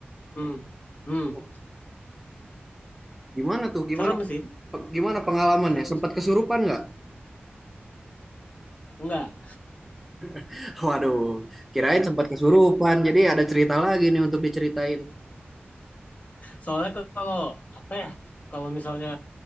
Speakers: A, on the left; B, in the centre.
A: Hmm. Hmm.
B: Wah, gimana tuh? Gimana
A: Serem sih,
B: gimana pengalamannya?
A: serem
B: Sempat
A: sih.
B: kesurupan nggak?
A: Enggak.
B: <laughs> Waduh, kirain sempat kesurupan. Jadi ada cerita lagi nih untuk diceritain.
A: Soalnya kalau apa ya? Kalau misalnya